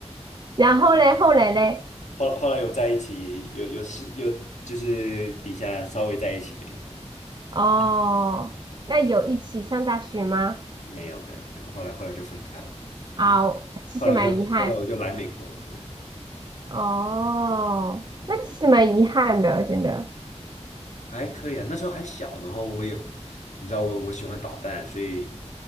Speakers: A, on the right; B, on the left.
A: 然后嘞，后来嘞？
B: 后后来有在一起，有有是有就是底下稍微在一起呗，对，
A: 哦，
B: 嗯。
A: 那有一起上大学吗？
B: 没有没有没有，后来后来就分开了，
A: 啊，
B: 嗯，
A: 其实蛮遗憾。
B: 后来我就后来我就来美国了，对，
A: 哦，
B: 嗯。
A: 那其实蛮遗憾的，真的。
B: 还可以啊，那时候还小，然后我也，你知道我我喜欢捣蛋，所以